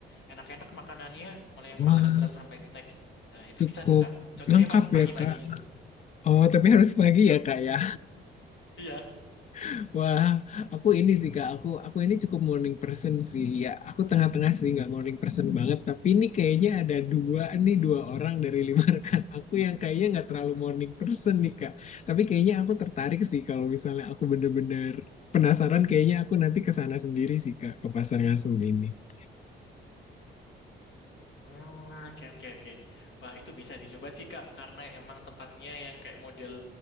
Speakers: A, on the left (about 75°); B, on the left (about 35°).
A: enak-enak makanannya, mulai yang
B: Wah,
A: makanan berat sampai snack. Nah, itu
B: cukup
A: bisa tuh Kak. Cocoknya
B: Lengkap
A: pas pagi-pagi
B: ya Kak,
A: itu.
B: Oh, tapi harus pagi ya, Kak ya.
A: Iya.
B: <laughs> Wah, aku ini sih, Kak. Aku aku ini cukup morning person sih. Ya, aku tengah-tengah sih, nggak morning person banget. Tapi ini kayaknya ada dua nih, dua orang dari lima <laughs> rekan aku yang kayaknya nggak terlalu morning person nih, Kak. Tapi kayaknya
A: <laughs>
B: aku tertarik sih kalau misalnya aku bener-bener penasaran. Kayaknya aku nanti ke sana sendiri sih, Kak, ke Pasar Ngasem ini.
A: Ah, oke oke oke. Wah, itu bisa dicoba sih Kak karena emang tempatnya yang kayak model